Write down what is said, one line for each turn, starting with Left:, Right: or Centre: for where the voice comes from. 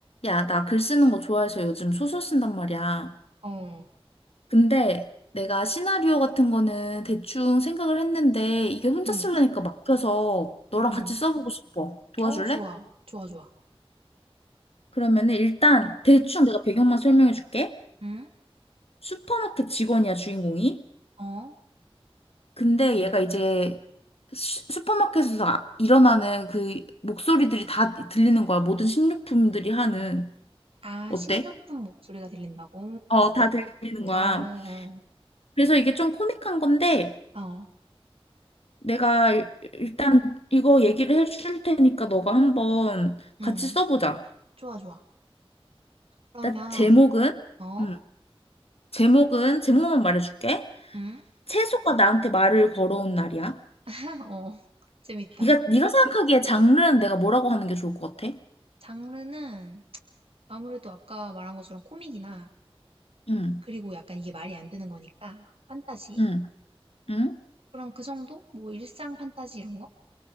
Left: 야, 나 글 쓰는 거 좋아해서 요즘 소설 쓴단 말이야.
Right: 어.
Left: 근데 내가 시나리오 같은 거는 대충 생각을 했는데 이게 혼자
Right: 응.
Left: 쓰려니까 막혀서 너랑
Right: 응응.
Left: 같이 써보고 싶어. 도와줄래?
Right: 어 좋아. 좋아, 좋아.
Left: 그러면은 일단
Right: 응.
Left: 대충 내가 배경만 설명해 줄게.
Right: 응?
Left: 슈퍼마켓 직원이야, 주인공이.
Right: 어?
Left: 근데 얘가 이제 슈- 슈퍼마켓에서 아- 일어나는 그 목소리들이 다 들리는 거야. 모든 식료품들이 하는.
Right: 아,
Left: 어때?
Right: 식료분 목소리가 들린다고?
Left: 어, 다 들리는 거야.
Right: 어, 어.
Left: 그래서 이게 좀 코믹한 건데
Right: 어.
Left: 내가 일- 일단 이거 얘기를 해줄 테니까 너가 한번
Right: 응.
Left: 같이 써보자.
Right: 좋아, 좋아. 그러면
Left: 나 제목은,
Right: 어?
Left: 음, 제목은 제목만 말해줄게.
Right: 응?
Left: 채소가 나한테 말을 걸어온 날이야.
Right: <laughs> 어. 재밌다.
Left: 네가 네가 생각하기에 장르는 내가 뭐라고 하는 게 좋을 것 같아?
Right: 장르는 아무래도 아까 말한 것처럼 코믹이나
Left: 응,
Right: 그리고 약간 이게 말이 안 되는 거니까 판타지?
Left: 응, 응.
Right: 그럼 그 정도? 뭐 일상 판타지 이런 거?